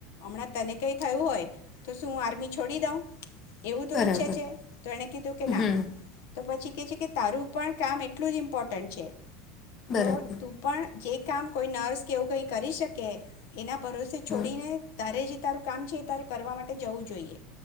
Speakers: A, on the left (about 70°); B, on the left (about 35°).
A: હમણાં તને કઈ થયું હોય તો શું આર્મી છોડી દઉં. એવું તો
B: બરાબર
A: ઈચ્છે છે તો એણે કીધું કે ના.
B: હમ
A: તો પછી કે છે કે તારું પણ કામ એટલું જ ઇમ્પોર્ટન્ટ છે.
B: બરાબર.
A: તો તું પણ જે કામ કોઈ નર્સ કેવું કઈ કરી શકે એના પરોસે
B: હમ
A: છોડીને તારે જે તારું કામ છે તારે કરવા માટે જવું જોઈએ.